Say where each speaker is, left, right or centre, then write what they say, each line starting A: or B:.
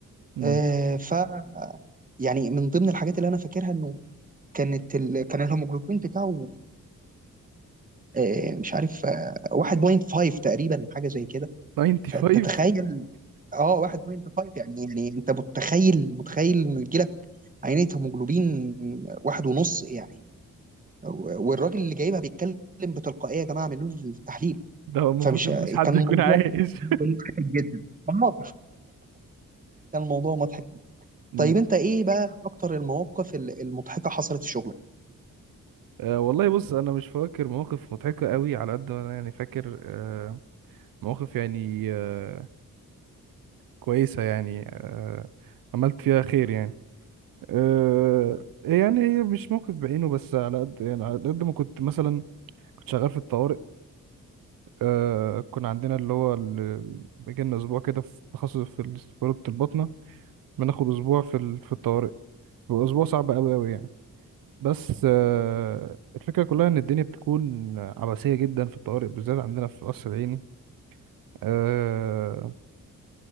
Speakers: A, on the right; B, on the right.
A: مم.
B: آه، ف يعني من ضمن الحاجات اللي أنا فاكرها إنه كانت ال... كان الهيموجلوبين بتاعه آه، مش عارف آه، 1.5 تقريبا حاجه زي كده
A: 95
B: فانت تخيل اه 1.5 يعني يعني انت متخيل متخيل انه يجي لك عينيه هيموجلوبين واحد ونص يعني و- والراجل اللي جايبها بيتكلم بتلقائيه يا جماعه اعملوا لي التحليل
A: ده هو المفروض
B: فمش
A: إن مفيش حد
B: كان
A: يكون
B: الموضوع
A: عايش
B: مضحك جدا اه كان الموضوع مضحك
A: <laughs>
B: طيب
A: مم.
B: انت ايه بقى اكتر المواقف ال- المضحكه حصلت في شغلك
A: أه والله بص أنا مش فاكر مواقف مضحكة أوي على قد ما أنا يعني فاكر أه مواقف يعني أه كويسة يعني أه عملت فيها خير يعني أه يعني هي مش موقف بعينه بس على قد يعني على قد ما كنت مثلا كنت شغال في الطوارئ آه كنا عندنا اللي هو ال- بيجي لنا اسبوع كده في تخصص في ال- في رتبة الباطنة بناخد اسبوع في ال- في الطوارئ واسبوع صعب قوي قوي يعني بس آه الفكرة كلها ان الدنيا بتكون عباسية جدا في الطوارئ بالذات عندنا في قصر العيني آه